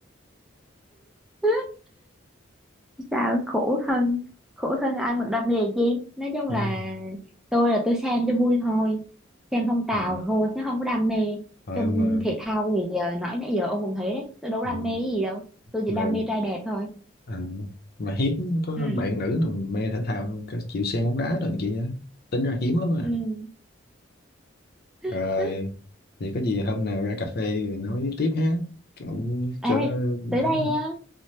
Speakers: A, in the centre; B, on the left.
A: <laughs> Sao khổ thân khổ thân ai mà đam mê chi nói chung
B: đúng
A: là tôi là tôi xem cho vui thôi xem phong trào
B: rồi Ừ,
A: thôi chứ không có đam mê
B: Ờ,
A: trong
B: mà
A: thể thao thì ờ, nói nãy giờ ông cũng thấy đấy tôi đâu có
B: ừ.
A: đam mê cái gì đâu tôi chỉ
B: mà
A: đam mê trai đẹp thôi
B: à, mà hiếm có
A: Ừ.
B: bạn nữ nào mê thể thao chịu xem bóng đá rồi này kia á. tính ra hiếm lắm
A: ừ.
B: à rồi
A: <laughs>
B: thì có gì hôm nào ra cà phê rồi nói tiếp ha cũng
A: Ê,
B: cho nó
A: tới
B: ấy
A: đây á